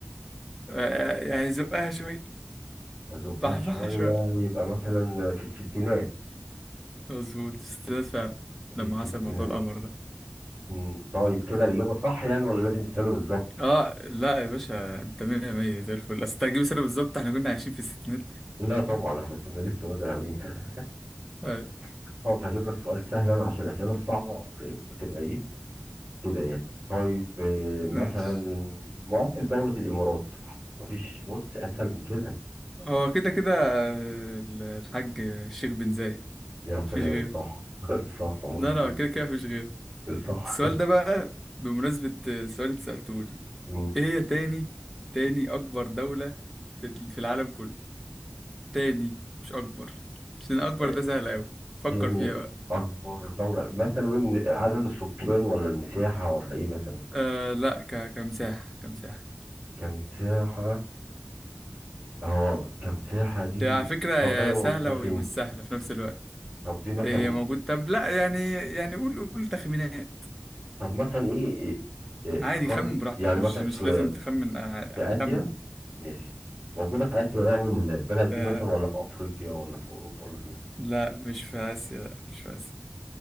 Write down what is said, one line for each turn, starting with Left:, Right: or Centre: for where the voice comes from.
Centre: آه يعني زقها شوية
Right: أزقها
Centre: بحبحها
Right: شوية
Centre: شوية
Right: يبقى مثلا في الستينات
Centre: مظبوط استناد فعلا لما
Right: في
Centre: حصل
Right: الستينات
Centre: موضوع القمر ده
Right: مم. طيب كده الإجابة صح يعني ولا لازم السنة بالظبط؟
Centre: اه لا يا باشا انت مية مية زي الفل اصل تجيب سنة بالظبط احنا كنا عايشين في الستينات
Right: لا طبعا احنا كنا لسه بدري علينا
Centre: آه.
Right: <laughs> طب هجيب لك سؤال سهل أنا عشان الأسئلة الصعبة ب- بتبقى إيه كده يعني طيب آه، مثلا
Centre: ماشي
Right: مؤسس دولة الإمارات مفيش بص أسهل من كده
Centre: هو كده كده آه، الحاج الشيخ بن زايد
Right: يا
Centre: مفيش
Right: سلام
Centre: غيره
Right: صح <laughs> صح مظبوط
Centre: لا لا كده كده مفيش غيره
Right: صح
Centre: السؤال ده بقى بمناسبة سؤال انت سألتوني
Right: <laughs> مم.
Centre: ايه هي تاني تاني أكبر دولة في في العالم كله تاني مش أكبر عشان أكبر
Right: آه،
Centre: ده سهل أوي فكر
Right: تاني
Centre: فيها بقى
Right: أكبر دولة مثلا إيه من عدد السكان ولا المساحة ولا إيه مثلا
Centre: أه لا ك... كمساحة كمساحة
Right: كم ساحة اه كم ساحة دي
Centre: هي على فكرة يا
Right: طب هي موجودة
Centre: سهلة
Right: فين
Centre: ومش سهلة في نفس الوقت
Right: طب دي مثلا
Centre: هي موجود طب لا يعني يعني قول قول تخمينات
Right: طب مثلا إيه إيه- إيه، في
Centre: عادي
Right: قارة
Centre: خمن براحتك
Right: يعني
Centre: مش
Right: مثلا في
Centre: مش لازم تخمن آه،
Right: في آسيا
Centre: خمن
Right: ماشي موجودة في آسيا يعني البلد دي
Centre: أه
Right: مثلا ولا في أفريقيا ولا في أوروبا ولا فين؟
Centre: لا مش في آسيا لا مش في آسيا